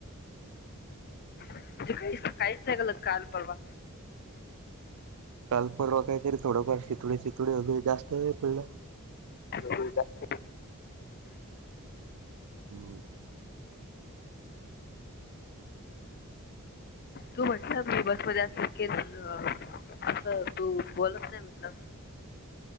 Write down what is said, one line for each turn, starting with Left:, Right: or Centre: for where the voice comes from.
Left: म्हणजे काहीच काहीच नाही ग <unintelligible> काल परवा
Right: काल परवा कायतरी थोडंफार शितोडे शितोडे वगैर जास्त नाही पडला.
Left: हो <unintelligible>
Right: हम्म
Left: तू म्हटलं मी बसमध्ये असेल <unintelligible> केलं असं तू बोलत नाही म्हटलं.